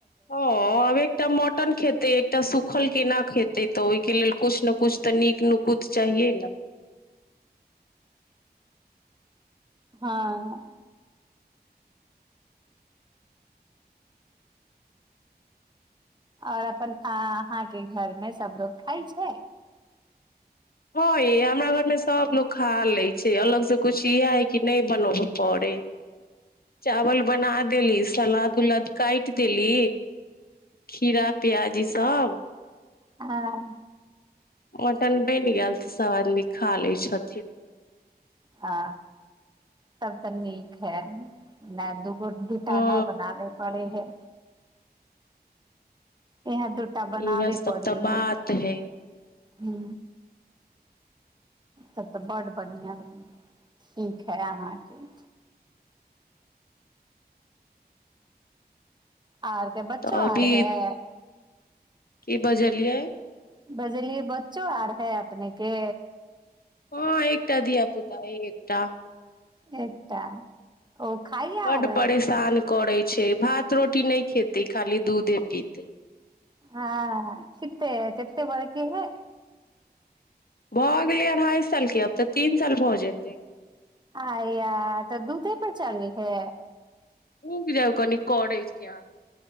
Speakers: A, on the left; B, on the right.
A: ह आब एकटा मटन खेतै एकटा सुूखल केना खेतै तऽ ओहिके लेल किछु ने किछ तऽ नीक नुकुत चाहियै ने
B: हँ आओर अपन अहाँके घरमे सभ लोको खाइ छै
A: हँ य हमरा घर में सब लोग खा ले छै अलग से कुछ इह है कि नहि बनब पे चावल बना देली सलाद उलाद काटि देली खीरा प्याज ईसभ
B: हँ
A: मटन बनि गेल तऽ सभ आदमी खा लैत छथिन
B: हँ सभ तऽ नीक है मै दुःख गोडटाना
A: हँ
B: बनााने पड़े है इह दूटा बनाबे
A: इएह सब
B: पड़ै
A: तऽ
B: ह
A: बात है
B: ह तब तऽ ब्ड बढ़िआँ ठीक है अहाँके आरके बच्चो
A: तऽ अभी
B: आर है
A: की बजलियै
B: बजले बच्चो आर है अपने के
A: ह एक धिया पुता एक त
B: एकटा ओ खाइ आर
A: बड्ड परेशान करैत छै भात रोटी नहि खेतै खाली दूधे पीतै
B: हँ कते कते बरकेी है
A: भऽ गेलै अढ़ाइ सालके अब तऽ तीन साल भऽ जेते
B: आ या तऽ दूधे पर चली है
A: ह कि जाइ कनििकै क